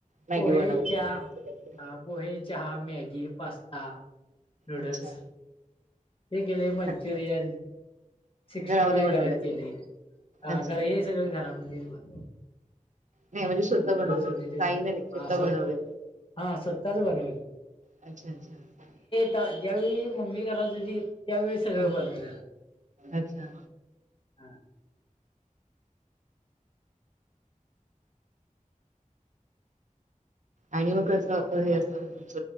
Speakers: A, on the right (about 60°); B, on the left (about 40°).
A: मॅगी
B: पोहे
A: बनवली
B: चहा
A: असं काहीतरी
B: अं पोहे चहा मॅगी पास्तां नूंडल्स
A: अच्छा
B: ते केले मंचुरियंन
A: सक-
B: सिक्स्टी
A: घरामध्ये
B: फांय
A: बनवलंय
B: घरांत केले हां
A: अच्छा
B: घरं
A: नाही
B: हे सगळे घरांमध्ये बनवले-
A: नाहीं म्हणजे स्वंतः बनवले
B: वगैरे
A: फायनली
B: सगळं
A: स्वंतः
B: हा स्व
A: बनवले
B: हा स्वतःच बनवली
A: अच्छा अच्छा
B: ज्यांवेळी मम्मी करायंचे त्यांवेळी सगळं
A: हा
B: बनवलं
A: अच्छा
B: हां
A: आणि मंग कसं हे असतं तेच